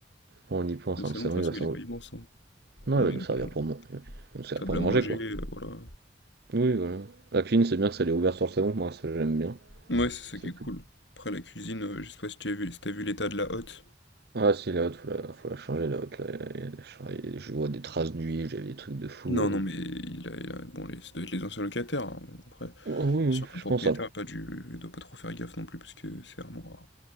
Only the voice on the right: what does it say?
Quand on y pense,
hein, le salon,
il
va servir.
Non,
il
va
nous servir
pour manger. Il va nous servir
pour manger,
quoi.
Oui, voilà. La cuisine, c'est bien que ça l'ait ouvert sur le salon, moi, ça j'aime bien.
C'est
plus...
Ah, si, la haute, faut la, faut la changer, la haute, là, il y a des- je vois des traces d'huile, j'avais des trucs de fou.
euh.
Oh, oui, oui,
je
pense, hein,